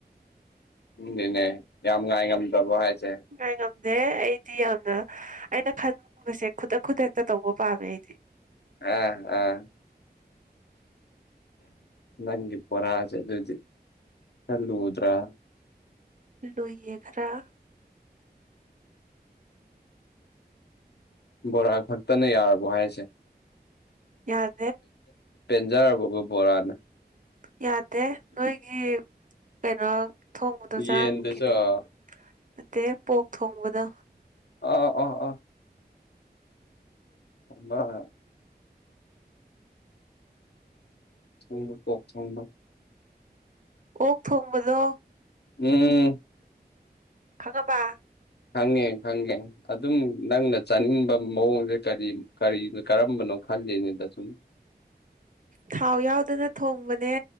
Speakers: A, on the left; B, on the right.
A: ꯎꯝꯗꯤꯅꯦ ꯌꯥꯝ ꯉꯥꯏ ꯉꯝꯗꯕꯣ ꯍꯥꯏꯁꯦ
B: ꯉꯥꯏꯉꯝꯗꯦ ꯑꯩꯗꯤ ꯌꯥꯝꯅ ꯑꯩꯅ ꯈꯟꯅꯤꯡꯕꯁꯦ ꯈꯨꯗꯛ ꯈꯨꯗꯛꯇ ꯇꯧꯕ ꯄꯥꯝꯃꯦ ꯑꯩꯗꯤ
A: ꯑ ꯑꯥ ꯅꯪꯒꯤ ꯕꯣꯔꯥ ꯁꯦ ꯑꯗꯨꯗꯤ ꯈꯔ ꯂꯨꯗ꯭ꯔ
B: ꯂꯨꯏꯌꯦ ꯈꯔ
A: ꯕꯣꯔꯥ ꯈꯛꯇꯅ ꯌꯥꯔꯕꯣ ꯍꯥꯏꯁꯦ
B: ꯌꯥ
A: ꯄꯦꯟꯖꯔꯕꯒꯣ ꯕꯣꯔꯥꯅ
B: ꯌꯥꯗꯦ ꯅꯣꯏꯒꯤ ꯀꯩꯅꯣ ꯊꯣꯡꯕꯗꯣ ꯆꯥꯟꯈꯤꯅꯤ
A: ꯌꯦꯟꯗꯨꯁꯨ ꯑꯥ
B: ꯅꯠꯇꯦ ꯄꯣꯛ ꯊꯣꯡꯕꯗꯣ
A: ꯑ ꯑꯣ ꯑ ꯑ <unintelligible> ꯄꯣꯛ ꯊꯣꯡꯕ
B: ꯑꯣꯛ ꯊꯣꯡꯕꯗꯣ
A: ꯎꯝ
B: ꯈꯪꯉꯕ
A: ꯈꯪꯉꯦ ꯈꯪꯉꯦ ꯑꯗꯨꯝ ꯅꯪꯅ ꯆꯥꯅꯤꯡꯕ ꯃꯑꯣꯡꯁꯦ ꯀꯔꯤ ꯀꯔꯤꯅ ꯀꯔꯝꯕꯅꯣ ꯈꯗꯦꯅꯦ ꯗꯁꯨꯝ
B: ꯊꯥꯎ ꯌꯥꯎꯗꯅ ꯊꯣꯡꯕꯅꯦ